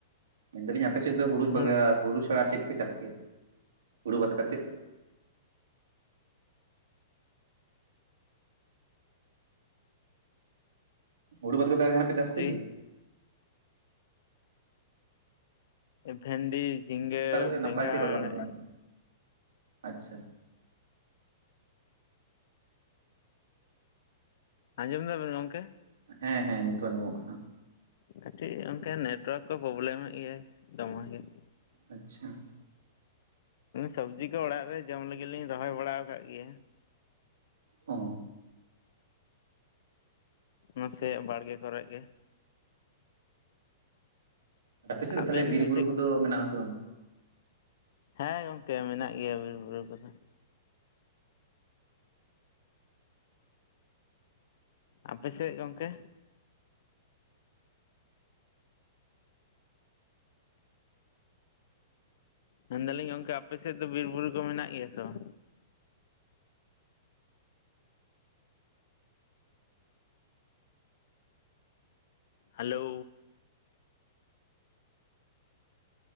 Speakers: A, on the right; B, on the left.
A: ᱢᱮᱱᱫᱟᱞᱤᱧ ᱟᱯᱮ ᱥᱮᱫ ᱫᱚ ᱦᱩᱲᱩ ᱵᱟᱜᱟ
B: ᱦᱳᱲᱳ
A: ᱦᱩᱲᱩ ᱪᱷᱟᱲᱟ ᱟᱨ ᱪᱮᱫ ᱠᱚᱯᱮ ᱪᱟᱥ ᱜᱮᱭᱟ ᱦᱩᱲᱩ ᱵᱟᱫ ᱠᱟᱛᱮᱫ? ᱦᱩᱲᱩ ᱵᱟᱫ ᱠᱟᱛᱮ ᱟᱨᱚ ᱡᱟᱦᱟᱱᱟᱜ ᱯᱮ ᱪᱟᱥ ᱛᱮ
B: ᱡᱤ
A: ᱠᱤ?
B: ᱵᱷᱮᱱᱰᱤ, ᱡᱷᱤᱸᱜᱟᱹ,
A: ᱚᱠᱟ ᱞᱮᱠᱟ ᱪᱚ
B: ᱵᱮᱸᱜᱟᱲ
A: ᱱᱟᱯᱟᱭ ᱥᱮᱫ ᱨᱚᱲ ᱵᱟᱝ ᱟᱸᱡᱚᱢᱚᱜ
B: ᱾
A: ᱠᱟᱱᱟ ᱟᱪᱪᱷᱟ ᱾
B: ᱟᱸᱡᱚᱢ ᱮᱫᱟ ᱵᱮᱱ ᱜᱚᱢᱠᱮ?
A: ᱦᱮᱸ ᱦᱮᱸ ᱱᱤᱛᱚᱜ ᱟᱸᱡᱚᱢᱚᱜ ᱠᱟᱱᱟ ᱾
B: ᱠᱟᱹᱴᱤᱡ ᱚᱱᱠᱟ ᱱᱮᱴᱳᱣᱟᱨᱠ ᱠᱚ ᱯᱨᱚᱵᱞᱮᱢ ᱮᱫ ᱜᱮᱭᱟᱭ ᱫᱚᱢᱮ ᱜᱮ ᱾
A: ᱟᱪᱪᱷᱟ ᱾
B: ᱥᱚᱵᱡᱤ ᱠᱚ ᱚᱲᱟᱜ ᱨᱮ ᱡᱚᱢ ᱞᱟᱹᱜᱤᱫ ᱞᱤᱧ ᱨᱚᱦᱚᱭ ᱵᱟᱲᱟ ᱠᱟᱜ ᱜᱮᱭᱟ ᱾
A: ᱚ ᱾
B: ᱱᱟᱥᱮ ᱵᱟᱲᱜᱮ ᱠᱚᱨᱮ ᱜᱮ ᱾
A: ᱟᱯᱮ ᱥᱮᱫ ᱫᱚ
B: ᱟᱵᱮᱱ
A: ᱛᱟᱦᱞᱮ ᱵᱤᱨ
B: ᱜᱮ
A: ᱵᱩᱨᱩ
B: ᱪᱮᱫ
A: ᱠᱚᱫᱚ ᱢᱮᱱᱟᱜ ᱟᱥᱮ ᱵᱟᱝ?
B: ᱦᱮᱸ ᱜᱚᱝᱠᱮ ᱢᱮᱱᱟᱜ ᱜᱮᱭᱟ ᱵᱤᱨ ᱵᱩᱨᱩ ᱠᱚᱫᱚ ᱾ ᱟᱯᱮ ᱥᱮᱫ ᱜᱚᱝᱠᱮ? ᱢᱮᱱᱫᱟᱞᱤᱧ ᱜᱚᱝᱠᱮ ᱟᱯᱮ ᱥᱮᱫ ᱫᱚ ᱵᱤᱨ ᱵᱩᱨᱩ ᱠᱚ ᱢᱮᱱᱟᱜ ᱜᱮᱭᱟ ᱥᱮ ᱵᱟᱝ? ᱦᱮᱞᱳ ᱾